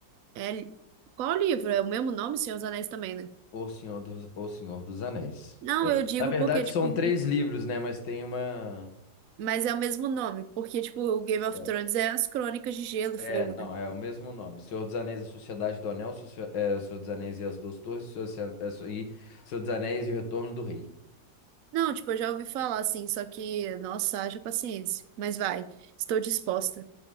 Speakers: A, on the right; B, on the left.
A: É... Qual livro? É o mesmo nome, Senhor dos Anéis também, né?
B: O Senhor dos, O Senhor dos Anéis.
A: Não,
B: É.
A: eu digo
B: Na verdade,
A: porque, tipo,
B: são três livros, né? Mas tem uma.
A: Mas é o mesmo nome, porque, tipo, o Game of
B: É.
A: Thrones é as Crônicas de Gelo
B: É,
A: e Fogo,
B: não,
A: né?
B: é o mesmo nome. Senhor dos Anéis, a Sociedade do Anel, Socia- é, Senhor dos Anéis e as Duas Torres, Socia- é, so- e Senhor dos Anéis e o Retorno do Rei.
A: Não, tipo, eu já ouvi falar assim, só que, nossa, haja paciência. Mas vai, estou disposta.